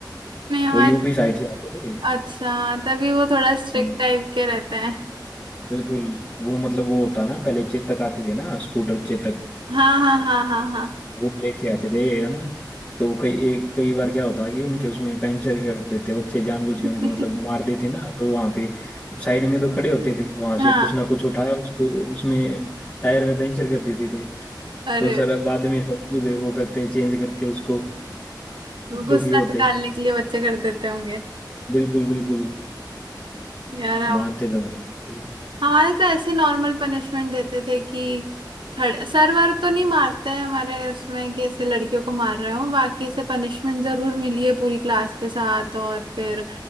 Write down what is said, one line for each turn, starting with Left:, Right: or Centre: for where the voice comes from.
Right: नहीं हमारे
Left: वो यूपी साइड से आते थे
Right: अच्छा तभी वो थोड़ा स्ट्रिक्ट
Left: हाँ
Right: टाइप के रहते हैं
Left: बिल्कुल वो मतलब वो होता ना पहले चेतक आते थे ना स्कूटर चेतक
Right: हाँ हाँ हाँ हाँ हाँ
Left: वो लेके आते थे है ना तो वो कई एक कई बार क्या होता कि उनके उसमें पंचर कर देते बच्चे जानबूझ के
Right: <laughs>
Left: उनके मतलब मार देते ना तो वहां पे साइड में तो खड़े होते थे वहां से
Right: हाँ
Left: कुछ ना कुछ उठाया उसको उसमें टायर में पंचर कर देते थे
Right: अरे
Left: तो सर अब बाद में सब कुछ वो करते चेंज करते उसको
Right: वो
Left: दुखी
Right: गुस्सा
Left: होते
Right: निकालने के लिए बच्चे कर देते होंगे
Left: बिल्कुल बिल्कुल
Right: यार अब
Left: मारते जबरदस्त
Right: हमारे तो ऐसे नॉर्मल पनिशमेंट देते थे कि खड़े सर वर तो नहीं मारते हैं हमारे उसमें कि ऐसे लड़कियों को मार रहे हो बाकी ऐसे पनिशमेंट जरूर मिली है पूरी क्लास के साथ और फिर